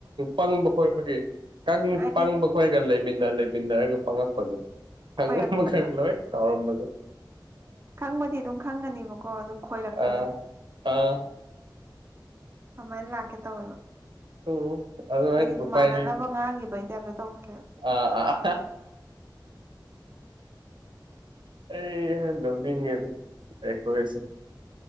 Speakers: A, on the right (about 80°); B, on the right (about 30°).
A: ꯄꯪꯕ ꯈꯣꯏꯕꯒꯤ
B: ꯍꯥꯏꯗꯤ
A: ꯄꯪꯕ ꯈꯣꯣꯏꯔꯒ ꯂꯩꯃꯤꯟꯅ ꯂꯩꯃꯤꯟꯅꯔꯒ ꯄꯪꯉꯛꯄꯗꯨ ꯍꯪ
B: ꯈꯣꯏꯔꯛꯄꯗꯣ
A: ꯃ ꯁꯔ ꯇꯥꯎꯔ ꯑꯗꯨ
B: ꯈꯪꯕꯗꯤ ꯑꯗꯨꯝ ꯈꯪꯒꯅꯤꯕꯀꯣ ꯑꯗꯨ ꯈꯣꯏꯔꯛꯄꯗꯣ
A: ꯑꯥ ꯑꯥ
B: ꯀꯃꯥꯏꯅ ꯂꯥꯛꯀꯦ ꯇꯧꯋꯦꯕ
A: ꯎꯝ ꯑꯗꯨꯃꯥꯏꯅ
B: ꯍꯥꯏꯗꯤ
A: ꯎꯄꯥꯏ
B: ꯃꯥꯟꯅꯅꯕ
A: ꯂꯩꯇꯦ
B: ꯉꯥꯡꯈꯤꯕꯒꯤ ꯇꯥꯏꯞꯇ ꯇꯧꯈꯂꯦꯕ
A: ꯑꯥ ꯑꯥ ꯑꯩꯍꯥꯟ ꯂꯧꯅꯤꯡꯉꯦꯗꯈꯣꯏꯁꯨꯦ